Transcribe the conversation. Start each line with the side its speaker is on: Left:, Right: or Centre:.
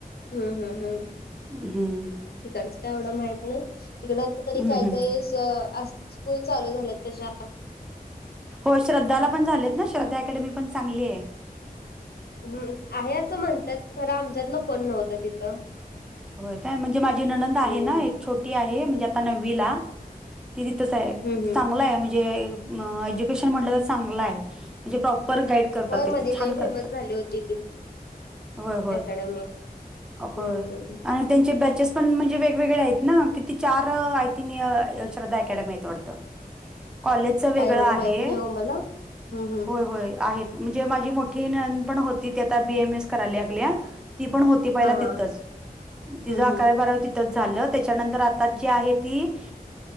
Left: हम्म हम्म हम्म.
Centre: हम्म.
Left: तिकडच काय एवढं माहत नाही तिकड आता तरी
Centre: हम्म
Left: काय
Centre: हम्म
Left: काही असत. स्कूल चालू झाल्या तश्या
Centre: हो श्रद्धाला पण झालेत ना श्रद्ध अॅडमी पण चांगली आहे.
Left: हम्म आहे असं म्हणतात खरं आमच्यातलं कोण नव्हतं तिथं
Centre: हो काय म्हणजे माझी ननंद आहे
Left: हम्म
Centre: ना एक छोटी आहे म्हणजे आता नववीला ती तिथंच आहे
Left: हम्म हम्म
Centre: चांगलं आहे म्हणजे एज्युकेशन म्हणलं तर चांगलं आहे म्हणजे प्रॉपर गाईड करतात
Left: होय
Centre: ते
Left: मधी
Centre: छान
Left: लई फेमस
Centre: करतात
Left: झाली होती ती
Centre: होय होय
Left: अकॅडमी
Centre: होय
Left: हम्म
Centre: आपण त्यांचे बॅचेस पण म्हणजे वेगवेगळे आहेत ना कि चार आय थिंक श्रद्धा अकॅडमी आहेत वाटतं कॉलेज च वेगळं
Left: काय एवढं
Centre: आहे
Left: माहित नाही हो मला हम्म हम्म
Centre: हो होय म्हणजे माझी मोठी पण होती ती आ बीएम एस करायला लागल्या ती पण ती पहिला
Left: हा
Centre: तीतच
Left: हा
Centre: पहिले
Left: हम्म
Centre: आकरावी
Left: हम्म
Centre: बाराबी त्याच्यानंतर आठवी